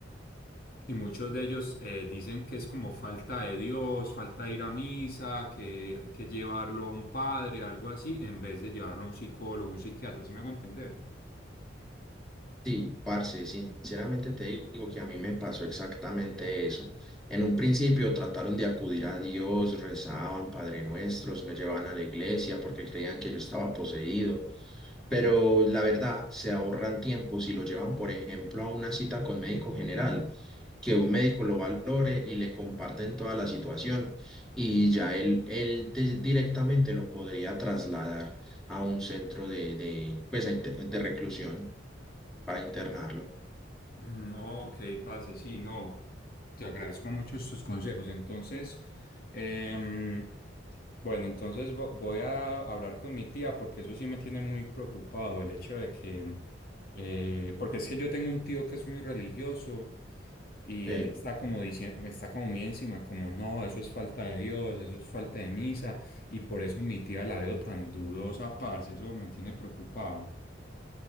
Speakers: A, on the left; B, in the centre.
A: Y muchos de ellos eh, dicen que es como falta de Dios, falta de ir a misa, que hay que llevarlo a un padre, algo así, en vez de llevarlo a un psicólogo, un psiquiatra, ¿sí me hago entender?
B: Sí, parce, sinceramente te digo que a mí me pasó exactamente eso. En un principio trataron de acudir a Dios, rezaban Padre Nuestros, me llevaban a la iglesia porque creían que yo estaba poseído, pero la verdad se ahorran tiempo si lo llevan, por ejemplo, a una cita con médico general, que un médico lo valore y le comparten toda la situación y ya él, él de- directamente lo podría trasladar a un centro de, de, pues, a inter- de reclusión para internarlo.
A: Mm, Ok, parce, sí, no, te agradezco mucho estos consejos. Entonces, em, bueno, entonces vo- voy a hablar con mi tía porque eso sí me tiene muy preocupado, el hecho de que, eh, porque es que yo tengo un tío que es muy religioso y
B: Sí.
A: él está como diciendo, está como muy encima, como no, eso es falta de Dios, eso es falta de misa y por eso mi tía la veo tan dudosa, parce, eso me tiene preocupado.